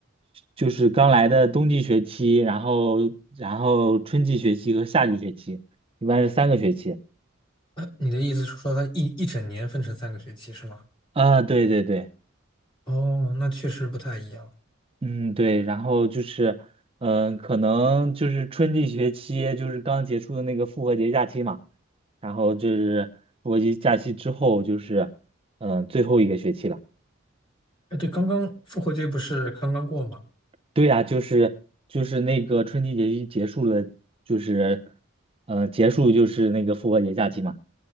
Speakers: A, on the right; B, on the left.
A: 就是刚来的冬季学期，然后然后春季学期和夏季学期，一般是三个学期。
B: 呃，你的意思是说它一一整年分成三个学期是吗？
A: 啊、对对对。
B: 哦，那确实不太一样。
A: 嗯，对，然后就是，嗯、可能就是春季学期，就是刚结束的那个复活节假期嘛，然后就是复活节假期之后，就是，嗯、最后一个学期了。
B: 哎，对，刚刚复活节不是刚刚过吗？
A: 对呀、就是就是那个春季学期结束了，就是，呃，结束就是那个复活节假期嘛，